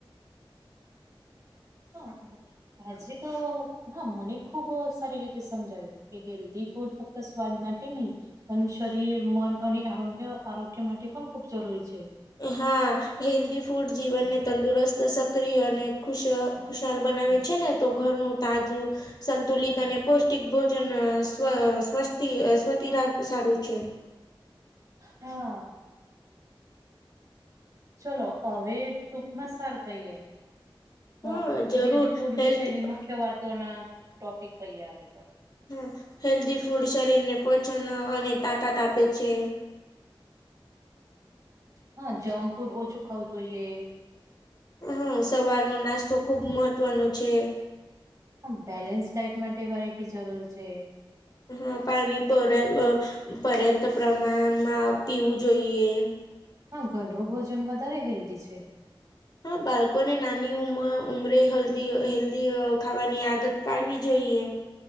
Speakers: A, on the right; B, on the left.
A: હા હ આજે તો હા મને ખુબ સારી રીતે સમજાવ્યું કે હેલ્થી ફૂડ તો સ્વાદ માટે નહીં અને શરીર મન અને આરોગ્ય આરોગ્ય માટે પણ ખૂબ જરૂરી છે.
B: હા હેલ્ધી ફૂડ જીવનને તંદુરસ્ત સક્રિય અને ખુશ ખુશાલ બનાવે છે ને તો ઘરનું તાજું સંતુલિત અને પૌષ્ટિક ભોજન સ્વ સ્વસ્ સ્વતી રા સારું છે.
A: હા ચલો હવે ટૂંકમાં સાર કહીએ. હ
B: હા જરૂર
A: હેલ્થી ફૂડ
B: હેલ્થ
A: વિશેની મુખ્ય વાતો ના ટોપિક કહી આવે તો
B: હ હેલ્થી ફૂડ શરીરને પોષણ અને તાકાત આપે છે.
A: હા જંક ફૂડ ઓછું ખાવું જોઈએ.
B: હા સવારનો નાસ્તો ખૂબ મહત્વનો છે.
A: હ બેલેન્સ ડાઇટ માટે વેરાયટી જરૂર છે.
B: હા પાણી પણ પર્યંત પ્રમાણમાં પીવું જોઈએ.
A: હા ઘરનું ભોજન વધારે હેલ્ધી છે.
B: હા બાળકોને નાની ઉમ ઉમરે હેલ્ હેલ્ધી ખાવાની આદત પાડવી જોઈએ